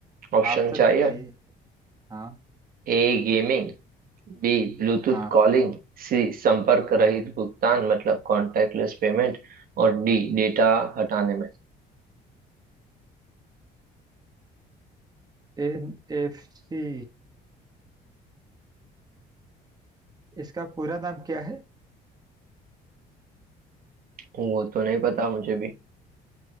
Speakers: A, on the right; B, on the right.
A: ऑप्शन
B: ऑप्शन
A: चाहिए
B: बताइए हाँ
A: A gaming B bluetooth
B: हाँ
A: calling C संपर्क
B: हाँ
A: रहित भुगतान मतलब कॉन्टैक्टलेस पेमेंट और डी डेटा हटाने में
B: एन एफ सी इसका पूरा नाम क्या है
A: वो तो नहीं पता मुझे भी